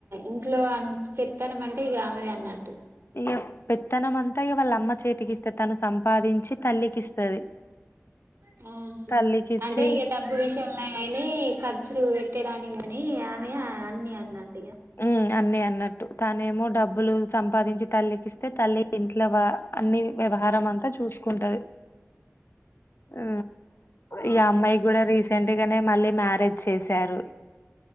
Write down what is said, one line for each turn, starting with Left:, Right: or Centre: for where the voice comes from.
Right: ఇంట్లో అంత పెత్తానమంటే ఈ గ ఆమెదే అన్నట్టు
Left: ఇగా పె తనంమంతా వాళ్ళ అమ్మ చేతికి ఇస్తే తను సంపాదించి తల్లికి ఇస్తది
Right: మ్ హా
Left: తల్లికి ఇచ్చి
Right: అంటే ఇగ డబ్బు విషయల కానీ ఖర్చులు పెట్టడానికి గాని ఆమె అన్ని అ నాటిగా
Left: ఉ అన్ని అన్నట్టు తానే ఏమో డబ్బులు సంపాదించి తల్లికిస్తే తల్లి ఇంట్ల అన్ని వ్యవహారం అంతా చూసుకుంటది ఆ ఈ అమ్మాయి కూడా రీసెంట్గానే మళ్ళీ మ్యారేజ్ చేశారు